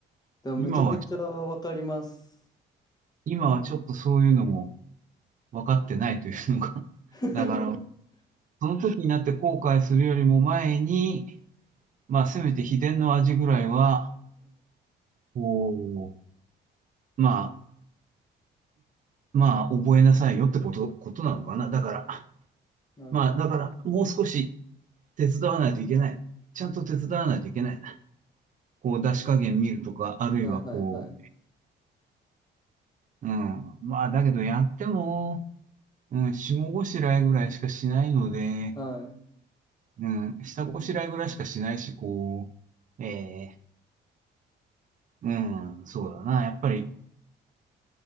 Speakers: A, on the left; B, on the right.
A: でもめちゃくちゃわかります。
B: 今は、今はちょっとそういうのも分かってないというのが。<laughs>
A: <laughs>
B: だから、その時になって後悔するよりも前に、まあ、せめて秘伝の味ぐらいは、こうまあ、まあ、覚えなさいよってこと、ことなのかな。だから、
A: なるほどですね。
B: まあ、だから、もう少し手伝わないといけない。ちゃんと手伝わないといけないな。こう、出し加減見るとか、あるいはこ
A: はいはいはい。
B: う、うん。まあ、だけどやっても、うん、下ごしらえぐらいしかしないので、
A: はい。
B: うん、下ごしらえぐらいしかしないし、こう、ええうん、そうだな。やっぱり、